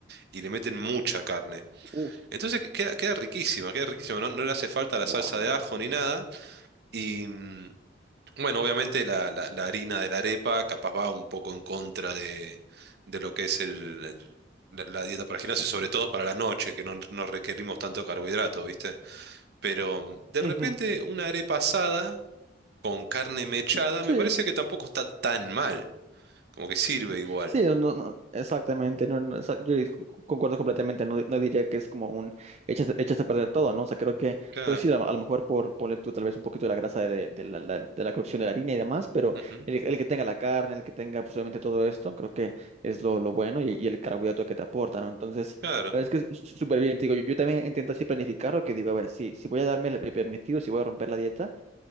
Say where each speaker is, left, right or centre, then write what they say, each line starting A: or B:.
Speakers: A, on the right; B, on the right.
A: y le meten mucha carne.
B: Uf,
A: Entonces que- queda, queda riquísima, queda riquísima. No, no le hace falta la
B: wow.
A: salsa de ajo ni nada. Y mm, bueno, obviamente la, la- la harina de la arepa capaz va un poco en contra de, de lo que es el, la, la dieta para el gimnasio, sobre todo para la noche, que no, no requerimos tanto carbohidrato, ¿viste? Pero mm, de
B: Ujú.
A: repente una arepa asada con carne mechada
B: Sí.
A: me parece que tampoco está tan mal. Como que sirve igual.
B: Sí, no, no, no, exactamente, no, no, exa- yo con- con- concuerdo completamente, no, no diría que es como un echaste, echaste a perder todo, ¿no? O sea, creo que,
A: Claro.
B: pues sí, a, a lo mejor por ponle tú tal vez un poquito de la grasa de, de la, la- de la cocción de la harina y demás, pero
A: ujú,
B: el, el que tenga la carne, el que tenga pues obviamente todo esto, creo que es lo, lo bueno y, y el carbohidrato que te aporta, ¿no? Entonces,
A: Claro.
B: la verdad es que es s- súper bien, te digo, yo, yo también intento así planificarlo, que digo, a ver, si, si voy a darme el el permitido, si voy a romper la dieta